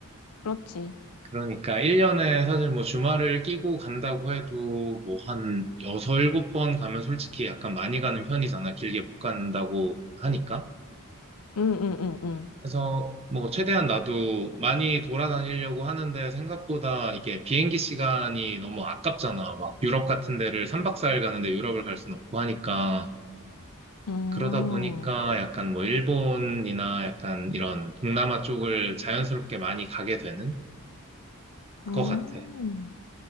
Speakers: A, on the left; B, on the right.
A: 그렇지.
B: 그러니까 1년에 사실 뭐 주말을 끼고 간다고 해도 뭐 한 6, 7번 가면 솔직히 약간 많이 가는 편이잖아. 길게 못 간다고 하니까.
A: 응, 응, 응, 응.
B: 그래서 뭐 최대한 나도 많이 돌아다니려고 하는데 생각보다 이게 비행기 시간이 너무 아깝잖아. 막 유럽 같은 데를 3박 4일 가는데 유럽을 갈 순 없고 하니까.
A: 음,
B: 그러다 보니까 약간 뭐 일본이나 약간 이런 동남아 쪽을 자연스럽게 많이 가게 되는
A: 음,
B: 것 같아.